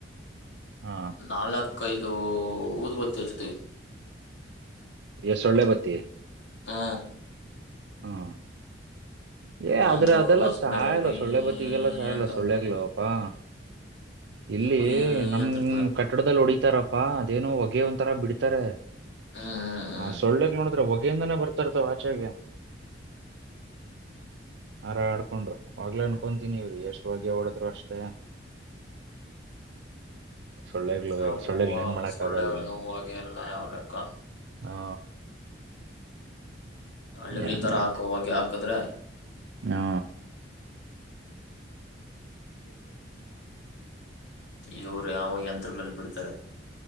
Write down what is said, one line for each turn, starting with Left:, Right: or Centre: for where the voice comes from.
Right: ಹಾ
Left: ನಾಲ್ಕೈದು ಊದ್ಬತ್ತಿ ಹಚ್ಚುತ್ತೀವಿ
Right: ಎ ಸಳ್ಳೊ ಬತ್ತಿ
Left: ಹಾ
Right: ಹಾ ಏ ಆದ್ರ
Left: ಆದ್ರೂ
Right: ಅದೆಲ್ಲ
Left: ಸೊಳ್ಳೆ
Right: ಸಾಯಲ್ಲ
Left: ಗುಯ್
Right: ಸೊಳ್ಳೆ ಬತ್ತಿಗೆಲ್ಲ ಸಾಯಲ್ಲ
Left: ಅಂತ
Right: ಸೊಳ್ಳೆಗಳು
Left: ಅಂತ
Right: ಪಾ ಇಲ್ಲಿ
Left: ಗುಯ್
Right: ನಮ್
Left: ಅಂತ ಇರ್ತದೆ
Right: ಕಟ್ಟಡದಲ್ಲಿ ಹೊಡಿತಾರಪ್ಪಾ ಅದೇನು ಹೊಗೆ ಒಂತರ ಬಿಡ್ತಾರೆ
Left: ಹ್ಮ್ ಹ್ಮ್
Right: ಹ ಸೊಳ್ಳೆಗಳ್ ನೋಡಿದ್ರ ಹೊಗೆಯಿಂದಾನೇ ಬರ್ತಿರ್ತವಾ ಆಚೆಗೆ ಆರ ಆಡ್ಕೊಂಡು ಆಗ್ಲೇ ಅನ್ಕೊತೀನಿ ಇವ್ರೀ ಎಷ್ಟು ಹೋಗೆ ಓಡದ್ರು ಅಷ್ಟೆ <inaudible> ಸೊಳ್ಳೆಗ್ಲು
Left: ಹ್ಮ್ ಹೂವ
Right: ಸೊಳ್ಳೆಗ್ ಏನ್ ಮಾಡಕ್
Left: ಸೊಳ್ಳೆಗಳಿಗೆ
Right: ಆಗಲ್ಲ
Left: ಹೂವಾಗೆ ಎಲ್ಲ ಯಾವ ಲೆಕ್ಕ
Right: ಹಾ
Left: ಹಳ್ಳಿಗಳ್
Right: ಏನ್
Left: ತರ
Right: ಮಾಡ
Left: ಹಾಕೋ ಹೋಗಿ ಹಾಕದ್ರೆ
Right: ಹಾ
Left: ಇವರು ಯಾವ ಯಂತ್ರಗಳಲ್ಲಿ ಬಿಡ್ತಾರೆ